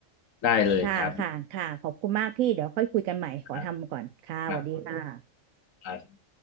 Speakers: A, on the left; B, on the right.
A: ได้เลยครับ
B: ค่ะค่ะค่ะขอบคุณมากพี่เดี๋ยวค่อยคุยกันใหม่ ขอทำก่อน
A: ครับ
B: ค่ะสวัสดีค่ะ
A: ครับ